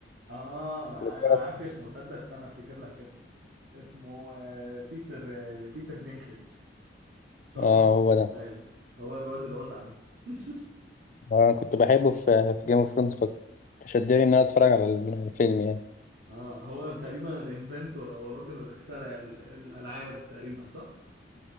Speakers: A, on the right (about 70°); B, on the left (about 40°).
A: آه
B: كنت بتفرج-
A: عارف اسمه صدق استنى أفتكر لك اسمه اسمه آه، بيتر آه، بيتر دينكليج صور
B: آه هو ده
A: ايوه هو الواد الأزعة ده <laughs>
B: آه كنت بحبه في في جيم اوف ثرونز فشدني إن أنا أتفرج على الفيلم يعني
A: اه هو تقريبا الانفنتور او الراجل اللي بيخترع ال- الالعاب تقريبا صح؟